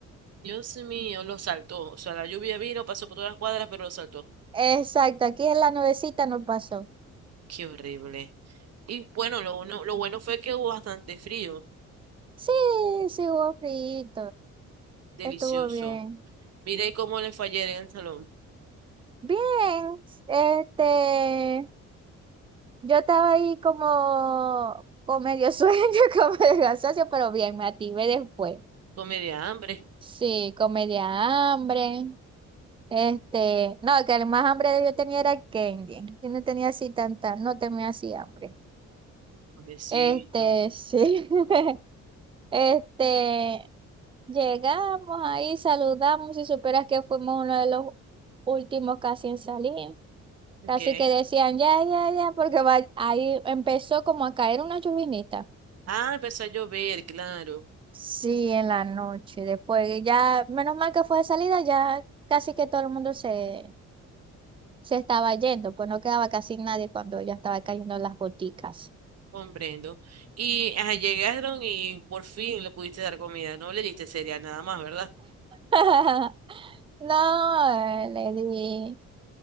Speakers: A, on the right; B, on the right.
A: Dios mío, lo saltó. O sea, la lluvia vino, pasó por todas las cuadras, pero lo saltó.
B: Exacto, aquí en la nubecita no pasó.
A: Qué horrible. Y bueno, lo, uno, lo bueno fue que hubo bastante frío.
B: Sí, sí hubo frío,
A: Delicioso.
B: estuvo bien.
A: Miré cómo le fue ayer en el salón.
B: Bien, este, yo estaba ahí como con medio sueño, <laughs> con medio cansancio, pero bien, me activé después.
A: Con media hambre.
B: Sí, con media hambre. Este, no, que el más hambre que yo tenía era candy. Yo no tenía así tanta, no tenía así hambre.
A: Pobrecito.
B: Este, sí. <laughs> Este, Llegamos ahí, saludamos y superas que fuimos uno de los últimos casi en salir. Así
A: ¿Qué?
B: que decían, ya, ya, ya, porque va- ahí empezó como a caer una llovinita.
A: Ah, empezó a llover, claro.
B: Sí, en la noche, Después ya, menos mal que fue de salida, ya casi que todo el mundo se, se estaba yendo, pues no quedaba casi nadie cuando ya estaba cayendo las goticas.
A: Comprendo. Y ajá, llegaron y por fin le pudiste dar comida. No le diste cereal nada más, ¿verdad?
B: <laughs> No, eh, le di.